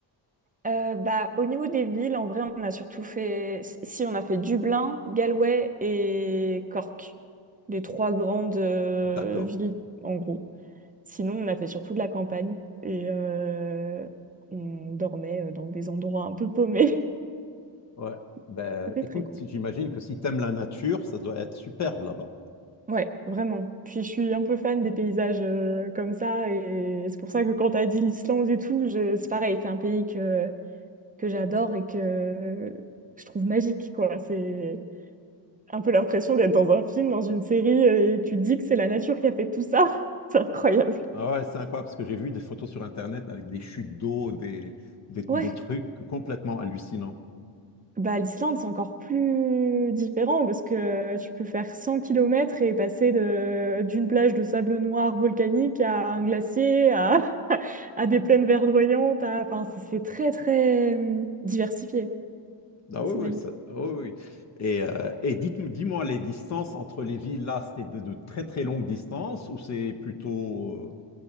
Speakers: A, on the right (about 20°); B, on the left (about 40°).
A: Euh, bah, au niveau des villes, en vrai, on a surtout fait... Si, si, on a fait Dublin, Galway et Cork. Les trois grandes euh,
B: D'accord.
A: villes, en gros. Sinon, on a fait surtout de la campagne. Et euh, on dormait euh, dans des endroits un peu paumés.
B: Ouais.
A: <laughs>
B: Ben,
A: C'était
B: écoute,
A: très cool.
B: j'imagine que si tu aimes la nature, ça doit être superbe là-bas.
A: Ouais, vraiment. Puis je suis un peu fan des paysages euh, comme ça. Et c'est pour ça que quand t'as dit l'Islande et tout, je... c'est pareil. C'est un pays que... que j'adore et que je trouve magique, quoi. C'est un peu l'impression d'être dans un film, dans une série, et tu te dis que c'est la nature qui a fait tout ça. <laughs> C'est incroyable.
B: Ah ouais, c'est incroyable parce que j'ai vu des photos sur Internet avec des chutes d'eau, des, des, des
A: Ouais,
B: trucs complètement hallucinants.
A: bah l'Islande, c'est encore plus différent parce que tu peux faire 100 kilomètres et passer de d'une plage de sable noir volcanique à un glacier, à, <laughs> à des plaines verdoyantes. à- Enfin, c'est c'est très, très hum, diversifié.
B: Ah
A: C'est
B: oui,
A: magnifique.
B: oui, ça- oui, oui. oui. Et, euh, et dites, dis-moi, les distances entre les villes, là, c'était de, de très très longues distances ou c'est plutôt...